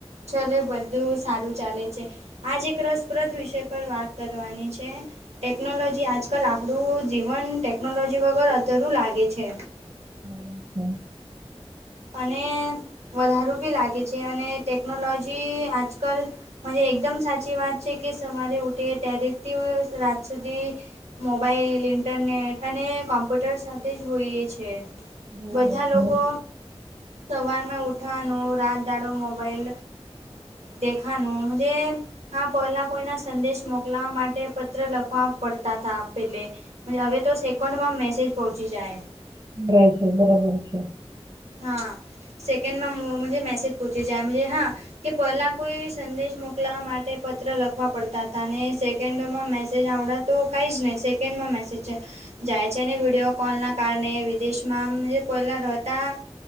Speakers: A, on the right; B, on the right.
A: ચલે બધું સારું ચાલે છે આજ એક રસપ્રદ વિષય પર વાત કરવાની છે છે ટેકનોલોજી આજકાલ આપણું જીવન ટેકનોલોજી વગર અધરું લાગે છે
B: <inaudible>
A: અને વધારું બી લાગે છે અને ટેકનોલોજી આજકાલ મજે એકદમ સાચી વાત છે કે સવારે ઉઠે ત્યારેથી રાત સુધી મોબાઈલ ઇન્ટરનેટ અને કોમ્પ્યુટર સાથે જ હોઈએ છે
B: બરાબર
A: બધા
B: છે.
A: લોકો સવાર મેં ઉઠવાનું રાત દાડો મોબાઈલ દેખાનું જે હા પહેલા કોઈના સંદેશ મોકલવા માટે પત્ર લખવા પડતા હતા પેલે હવે તો સેકન્ડમાં મેસેજ પહોંચી જાય
B: બ છે બરાબર છે
A: હા સેકન્ડમાં મજે મેસેજ પૂછી જાય મજે હા કે પહેલા કોઈ સંદેશ મોકલવા માટે પત્ર લખવા પડતા હતા ને સે સેકન્ડમાં મેસેજ આવડાં તો કાંઈ જ નહીં સેકન્ડમાં મેસેજ જાય છે ને વિડીયો કોલ ના કારણે વિદેશમાં જે પલા રહેતા